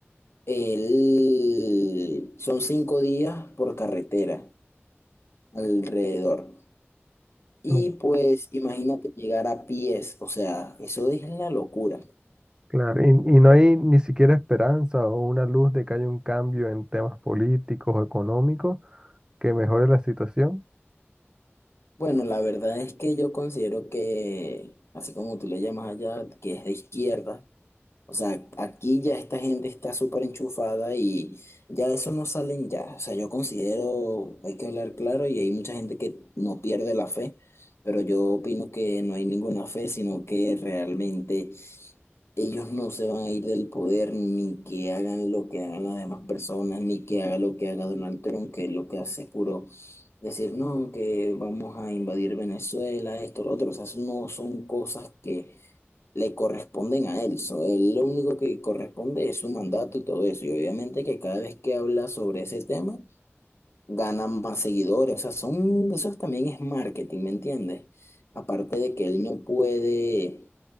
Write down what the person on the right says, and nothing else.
Uf,
Claro, y, y no hay ni siquiera esperanza o una luz de que haya un cambio en temas políticos o económicos que mejore la situación.